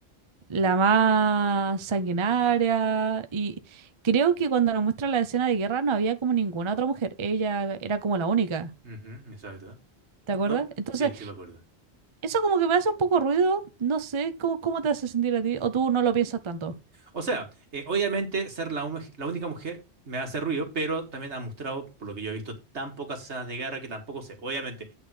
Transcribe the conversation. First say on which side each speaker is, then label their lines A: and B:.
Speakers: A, on the right; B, on the right.
A: la más sanguinaria. Y creo que cuando nos muestra la escena de guerra no había como ninguna otra mujer, ella era como la única,
B: ujú, exacto.
A: ¿te acuerdas?
B: No,
A: Entonces...
B: sí, sí me acuerdo.
A: Eso como que me hace un poco ruido. No sé, ¿cómo, cómo te hace sentir a ti? ¿O tú no lo piensas tanto?
B: O sea, eh, obviamente ser la, ume- la única mujer me hace ruido, pero también ha mostrado, por lo que yo he visto, tan pocas escenas de guerra que tampoco sé. Obviamente,